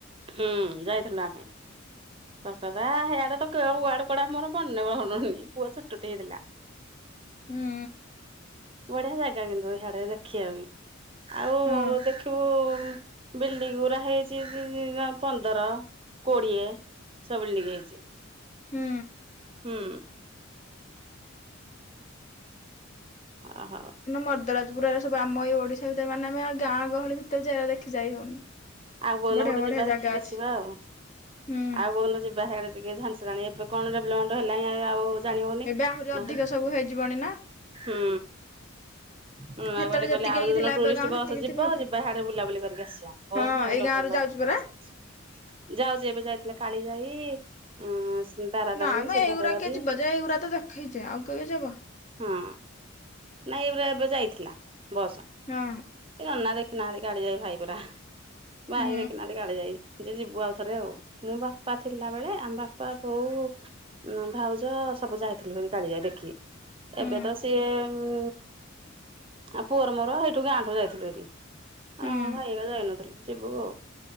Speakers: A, on the right; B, on the left.
A: ହୁଁ ଯାଇଥିଲୁଲୋ ଆମେ କଲକତା <unintelligible> ପୁଅ ଛୋଟଟେ ହେଇଥିଲା
B: ହୁଁ
A: ବଢ଼ିଆ ଜାଗା କିନ୍ତୁ ହେଆଡେ ଦେଖିବା ପା - ଆଉ
B: ହଁ
A: ଦେଖିବୁ ବିଲ୍ଡିଙ୍ଗ ଗୁଡା ହେଇଛି ପନ୍ଦର କୋଡିଏ ସବୁ ବିଲ୍ଡିଙ୍ଗ ହେଇଛି
B: ହୁଁ
A: ହୁଁ ଓହୋ
B: ମରଦରାଜପୁର ଏ ସବୁ ଆମ ଏଇ ଓଡିଶା ଭିତରେ ମାନେ ଆମେ ଗାଁ ଗହଳି ଭିତରେ ଯାଇ ଦେଖି ଯାଇ ହଉନି
A: ଆଉ କଉଦିନ
B: ବଢିଆ
A: ଗୋଟେ
B: ବଢିଆ
A: ଯିବା
B: ଜାଗା
A: ଦେଖିକି
B: ଅଛି
A: ଆସିବା ଆଉ
B: ହୁଁ
A: ଆଉ କନ ଯିବା ସିଆଡେ ଟିକେ ଝାନସୀ ରାଣୀ ଏବେ କଣ ଡେଭଲପମଣ୍ଟ ହେଲାଣି ଆଉ ଉ ଜାଣି ହଉନି
B: ଏବେ ଆହୁରି
A: ନହେଲେ
B: ଅଧିକ ସବୁ ହେଇଯିବଣି ନା।
A: ହୁଁ ହୁଁ
B: ସେତେବେଳେ
A: ଆଉ ମୋତେ
B: ଯେତିକି
A: କହିଲେ ଯୋଉଦିନ
B: ହେଇକି ଥିଲା ଏବେ
A: ଟୁରିଷ୍ଟ
B: ଗାଁ ସେତିକି
A: ବସ ଯିବ
B: ଥିବ କି?
A: ଯିବା ହାଡେ ବୁଲାବୁଲି କରିକି ଆସିବା। ବହୁତ
B: ହଁ
A: ଭଲ
B: ଏଇ ଗାଁ
A: ଭଲ
B: ରୁ ଯାଉଛି ପରା
A: ଚାଲିଛି ଯାଉଛି ଏବେ ଯାଇଥିଲେ କାଳିଜାଇ। ଉଁ ତାରା
B: ନା
A: ତାରିଣୀ
B: ମ
A: ସିଦ୍ଧାଭୈରବୀ
B: ଏଇଗୁଡା କିଏ ଯିବ ଯେ ଏଇଗୁଡା ତ ଦେଖେଇଛେ ଆଉ କେବେ ଯିବ
A: ହଁ ନାଇଁ ଏଇଗୁଡ଼ା ଏବେ ଯାଇଥିଲା ବସ।
B: ହୁଁ
A: ନନା ଦେଖିନାହାନ୍ତି କାଳିିଜାଇ ଭାଇ ଗୁରା ଭାଇ
B: ହୁଁ
A: ଦେଖିନାହାନ୍ତି କାଳିଜାଇ। ଯେ ଯିବୁ ଆଉଥରେ ଆଉ ମୋ ବାପା ଥିଲାବେଳେ ଆମ ବାପା ବୋଉ ଉଁ ଭାଉଜ ସବୁ ଯାଇଥିଲୁ କାଳିଜାଇ ଦେଖି
B: ହୁଁ
A: ଏବେ ତ ସିଏ ହୁଁ ଆଉ ପୁଅର ମୋର ସେଇଠୁ ଗାଁଠୁ ଯାଇଥିଲୁ ଏଇଠି
B: ହୁଁ
A: ହଁଁ ଭାଇ କା ଯାଇନଥିଲୁ ଯିବୁ ଆଉ